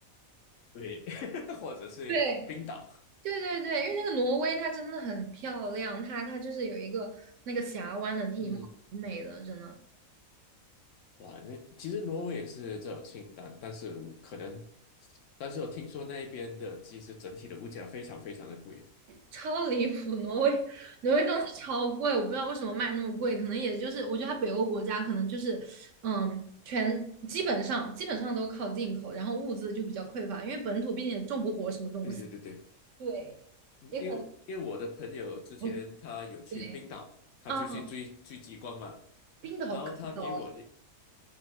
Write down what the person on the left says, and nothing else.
对，<laughs> 或者是冰岛。
嗯，
哇，那其实挪威也是这种清单，但是我可能，但是我听说那边的其实整体的物价非常非常的贵。
对对对对，
嗯因为因为我的朋友之前他有去冰岛，
他就去追追极光嘛，
然后他给我一，